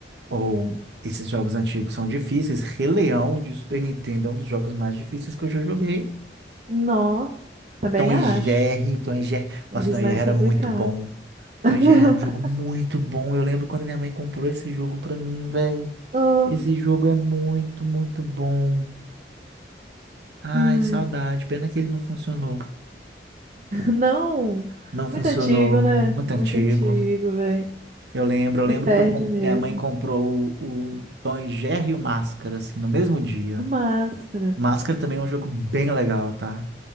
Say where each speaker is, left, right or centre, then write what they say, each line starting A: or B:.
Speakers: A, on the right; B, on the right.
A: Ou esses jogos antigos são difíceis. Rei Leão de Super Nintendo é um dos jogos mais difíceis que eu já joguei.
B: Nó, também
A: Tom e
B: acho.
A: Jerry, Tom e Jerry.
B: Eles
A: Nossa, Tom e
B: mais
A: Jerry era
B: complicados.
A: muito bom. Tom
B: <laughs>
A: e Jerry era um jogo muito bom. Eu lembro quando minha mãe comprou esse jogo pra mim, velho.
B: Oh,
A: Esse jogo é muito, muito bom. Ai,
B: ai.
A: saudade. Pena que ele não funcionou.
B: Não,
A: Não
B: muito
A: funcionou.
B: antigo, né?
A: Muito antigo.
B: Muito antigo, velho.
A: Eu lembro, eu
B: Se
A: lembro
B: perde
A: que eu comp-
B: mesmo.
A: minha mãe comprou o, o Tom e Jerry e o Máscara, assim, no mesmo dia.
B: O Máscara.
A: Máscara também é um jogo bem legal, tá?